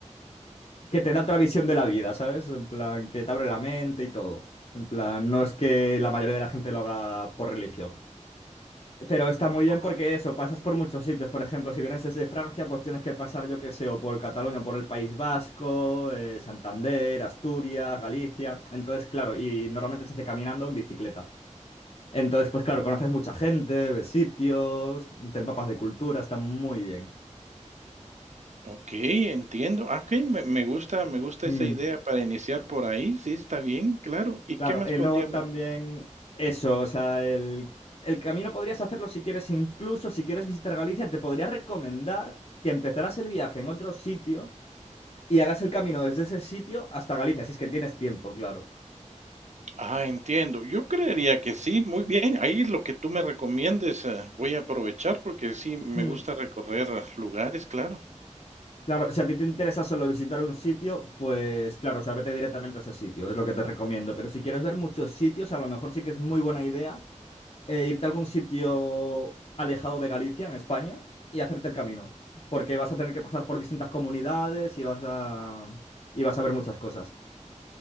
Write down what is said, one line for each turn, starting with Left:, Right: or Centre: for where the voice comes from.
Left: que te da otra visión de la vida, ¿sabes? En plan, que te abre la mente y todo. En plan, no es que la mayoría de la gente lo haga por religión. Pero está muy bien porque
Right: ah,
Left: eso, pasas por muchos sitios. Por ejemplo, si vienes desde Francia, pues tienes que pasar, yo qué sé, o por Cataluña, o por el País Vasco, eh, Santander, Asturias, Galicia. Entonces, claro, y normalmente se hace caminando o en bicicleta. Entonces, pues claro, conoces mucha gente, ves sitios, te empapas de cultura, está muy bien.
Right: okey, entiendo. Ah, okey, me me gusta me gusta
Left: Mm.
Right: esa idea para iniciar por ahí, sí, está bien, claro. ¿Y
Left: Claro,
Right: qué más
Left: y
Right: podríamos
Left: luego también
Right: hacer?
Left: eso, o sea, el, el camino podrías hacerlo si quieres, incluso si quieres visitar Galicia, te podría recomendar que empezaras el viaje en otro sitio y hagas el camino desde ese sitio hasta Galicia, si es que tienes tiempo, claro.
Right: Ah, entiendo. Yo creería que sí, muy bien. Ahí lo que tú me recomiendes, eh, voy a aprovechar porque sí, me
Left: Mm,
Right: gusta recorrer eh, lugares, claro.
Left: Claro, si a ti te interesa solo visitar un sitio, pues claro, o sea, vete directamente a ese sitio, es lo que te recomiendo. Pero si quieres ver muchos sitios, a lo mejor sí que es muy buena idea eh, irte a algún sitio alejado de Galicia, en España, y hacerte el camino. Porque vas a tener que pasar por distintas comunidades y vas a, y vas a ver muchas cosas.